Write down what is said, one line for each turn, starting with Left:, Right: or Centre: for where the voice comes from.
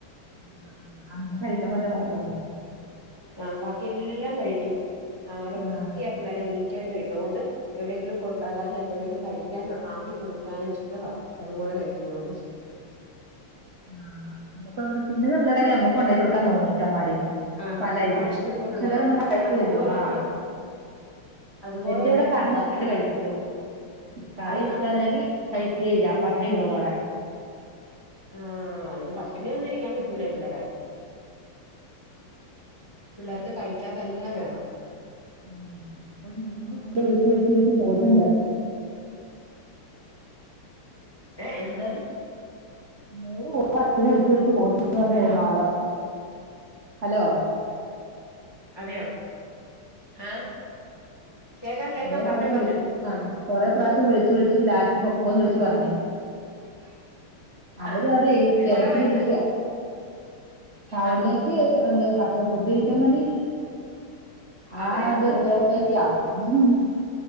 Right: ആഹ് അങ്ങനെ കഴിക്കാൻ വല്ല പറണല്ലോ
Left: ആഹ് ബാക്കി എല്ലാം കഴിക്കും ആഹ് നല്ല
Right: ആ
Left: വൃത്തിയാക്കി നല്ല നീറ്റായിട്ട് കഴിക്കും അതുകൊണ്ട് എവിടെയെങ്കിലും കൊണ്ടാകാനോ എന്തെങ്കിലും കഴിക്കാനോ ആക്കി കൊടുക്കാനും ഇഷ്ടവാ അതുപോലെ കഴിക്കുന്നൊണ്ട്
Right: ആഹ് നമുക്ക് അതൊലെ തിന്നുന്ന പിള്ളേരാണെകി നമുക്കും ഒണ്ടാക്കി കൊടുക്കാൻ തോന്നും മുട്ടന്മാരി
Left: ആഹ്
Right: പല ഐട്ടം
Left: ആഹ് ഇഷ്ടം പോലെ
Right: ചിലരൊന്നും
Left: ഉണ്ടാക്കും
Right: കഴിക്കൂല്ലല്ലോ
Left: അതുപോലെ
Right: ആഹ്
Left: തന്നെയാ അതുപോലെ
Right: എന്റെ
Left: തന്നെയാ
Right: ഇവിടെ കറി
Left: പാസ്ത
Right: നോക്കിട്ട് കഴിക്കുള്ളൂ കറി
Left: അതെയാ
Right: ഇഷ്ടല്ലെങ്കി കഴിക്കേ ഇല്ല പട്ടിണി ഇുന്നോളും അവടെ
Left: ആഹ് ഇത് പട്ടിണി ഒന്നും ഇരിക്കാൻ കി ട്ടൂല ഈ പിള്ളേരെ പിള്ളാർക്ക് കഴിക്കാൻ തന്നെ വേണം
Right: <inaudible> ഉം ഇപ്പൊ നൂറ് കോടി വിളിച്ചു വിളിച്ച എക്ക പോയിട്ടുണ്ട്
Left: ഏഹ് എന്താണ്
Right: നൂറ് പൂവ അച്ഛന വിളിച്ചു വിളിച്ചച്ച് പോയിട്ടുന്ന്
Left: ഹലോ
Right: പറഞ്ഞ മാള ഹലോ
Left: അതെയോ ആ കേക്കാം കേക്കാം
Right: കുറെ
Left: പറഞ്ഞു
Right: പ്രാവിശ്യം
Left: പറഞ്ഞു
Right: വിളിച് ആഹ് കൊറെ പ്രാവശ്യം വിളിച് വിളിച്ച് ലാസ്റ്റ് പൊക്കോന്ന് വിളിച്ചു പറഞ്ഞ്
Left: <inaudible>
Right: അവര് അവിടെ
Left: എങ്ങോട്ടാ
Right: തിരക്കിലിരിക്കുക
Left: പോയേക്കുന്നെ
Right: ടൗണിലേക്ക്
Left: ആ
Right: എന്താ ഫഷ ഫുഡ് കഴിക്കാൻ വേണ്ടി ആ
Left: അതെയോ
Right: അത് <unintelligible>